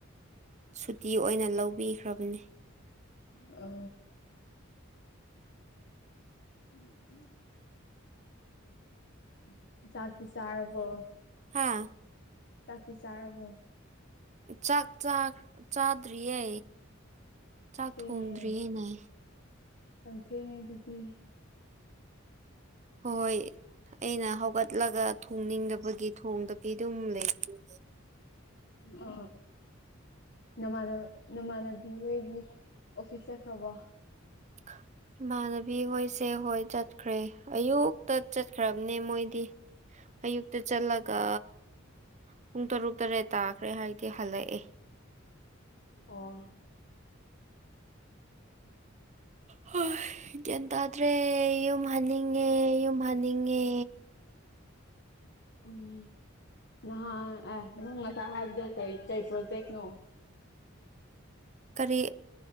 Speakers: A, on the right (about 35°); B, on the left (about 55°).
A: ꯁꯨꯇꯤ ꯑꯣꯏꯅ ꯂꯧꯕꯤꯈ꯭ꯔꯕꯅꯤ
B: ꯑ ꯎꯝ ꯎꯝ ꯆꯥꯛ ꯄꯤꯁꯥꯔꯔꯕꯣ
A: ꯍꯥꯥ
B: ꯇꯥꯛꯄꯤ ꯆꯥꯔꯔꯕꯣ
A: ꯆꯥꯛ ꯆꯥꯗ꯭ꯔꯤꯌꯦ ꯆꯥꯛ
B: ꯊꯦꯡꯉꯦ
A: ꯊꯣꯡꯗ꯭ꯔꯤꯌꯦꯅꯦ
B: ꯌꯥꯝ ꯊꯦꯡꯉꯦ ꯑꯗꯨꯗꯤ
A: ꯍꯣꯏꯣꯏ ꯑꯩꯅ ꯍꯧꯒꯠꯂꯒ ꯊꯣꯡꯅꯤꯡꯗꯕꯒꯤ ꯊꯣꯡꯗꯗꯤ ꯑꯗꯨꯝ ꯂꯩꯦ
B: ꯑ ꯅꯃꯥꯟ ꯅꯃꯥꯟꯅꯕꯤ ꯍꯣꯏꯗꯤ ꯑꯣꯐꯤꯁ ꯆꯠꯈ꯭ꯔꯕꯣ
A: <unintelligible> ꯏꯃꯥꯟꯅꯕꯤ ꯍꯣꯏꯁꯦ ꯍꯣꯏ ꯆꯠꯈ꯭ꯔꯦ ꯑꯌꯨꯛꯇ ꯆꯠꯈ꯭ꯔꯕꯅꯦ ꯃꯣꯏꯗꯤ ꯑꯌꯨꯛꯇ ꯆꯠꯂꯒ ꯄꯨꯡ ꯇꯔꯨꯛ ꯇꯔꯦꯠ ꯇꯥꯈ꯭ꯔꯦ ꯍꯥꯏꯗꯤ ꯍꯜꯂꯛꯑꯦ
B: ꯑꯣ
A: ꯍꯣꯏ ꯒ꯭ꯌꯥꯟ ꯇꯥꯗ꯭ꯔꯦ ꯌꯨꯝ ꯍꯟꯅꯤꯡꯉꯦ ꯌꯨꯝ ꯍꯟꯅꯤꯡꯉꯦ
B: ꯎꯝ ꯅꯍꯥꯟ ꯑꯦ ꯅꯪ ꯉꯁꯥꯏ ꯍꯥꯏꯕꯗꯣ ꯀꯔꯤ ꯀꯩ ꯄ꯭ꯔꯣꯇꯦꯛꯅꯣ
A: ꯀꯔꯤ